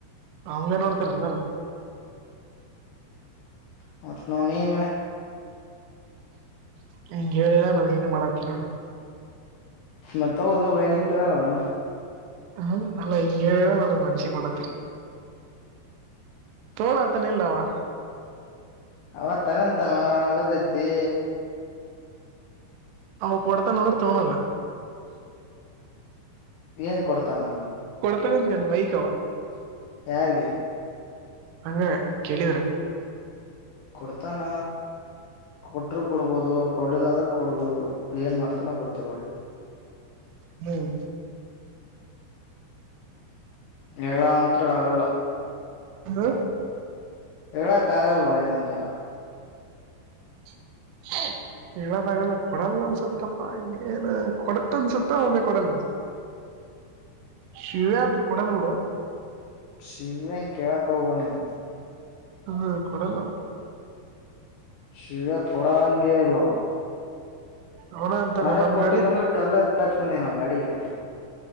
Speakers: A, on the right (about 80°); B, on the left (about 80°).
A: ಹಂಗ ನೋಡ್ತಾರ ಯಲ್ಲಾರ.
B: <unintelligible> ನೀನ.
A: ಹಂಗ ಹೇಳಿಲ್ಲ ನನ್ಗೆ ಇದು ಮಾಡಾತನ.
B: ಮತ್ತತ್ ಹೌದು ಭಯ ನೀನ್ ತಗಾನೋದಣ.
A: ಹ್ಮ ನಲ್ಲ ಇ ನನಗೆ ಮನಷಿಗೆ ಮಾಡತರ. ತೋಗಳತ ನಿಲ್ಲವಾ.
B: ಅವತ್ ತಗಂತಾನ ಗೊತ್ತೈತಿ.
A: ಅವ್ನು ಕೊಡ್ತಾನೆ ಅಂದ್ರೆ ತಗೋಳಲ್ಲ.
B: ಏನ್ ಕೊಡ್ತಾನಂದ.
A: <unintelligible> ತೇನು ಮೈಕವ.
B: ಯಾರಿಗೆ.
A: ಹಂಗ ಕೇಳಿದ್ರ.
B: ಕೊಡ್ತಾನ. ಕೊಟರು ಕೊಡ್ಬೋದು ಕೊಡಈ ಲ್ಲ ಅಂದ್ರೆ ಕೊಡ್ಬೋದು ಏನ್ ಮಾಡ್ತಾನೋ ಗೊತ್ತಿಲ್ಲ ಹೊಟ್.
A: ಹ್ಮ್.
B: ಹೇಳ ಅಂತ್ರ ಆಗಲ್ಲ.
A: ಹಲೋ.
B: ಹೇಳಕ್ಕಾಗಲ್ಲ ಭಯ ಅಂದ.
A: <inaudible> ಹೇಳದಾಗಲ್ಲ ಕೊಡಲ್ಲ ಅನ್ಸುತ್ತಪ್ಪಾ ಏನ್ ಕೊಡತ್ ಅನ್ಸುತ್ತ ಒಮ್ಮೆ ಕೊಡಲ್ಲ ಅನ್ಸುತ್ತ. ಶಿವ ಅಂದ ಕೊಡಲ್ ಬಿಡು.
B: ಶಿವವೆಂ ಕೇಳಕೋಬೇಡ ನೀನು.
A: ಹ್ಮ ಕೊಡಲ್ಲ.
B: ಶಿವ ಕೊಡ ಹಂಗೆ ಇಲ್ಲವಾ.
A: ಅವನ ಅಂತಾನ
B: ನಾನಗ್
A: ನನ್
B: ಕೊಟ್ಟಿಲ್ಲ
A: ಗಾಡಿದ್
B: ಅಂದ್ರೆ ಕಲ್ಲ ಎತ್ತಾಗಕ್ತಂದೆ ನ ಗಾಡಿಗೆ.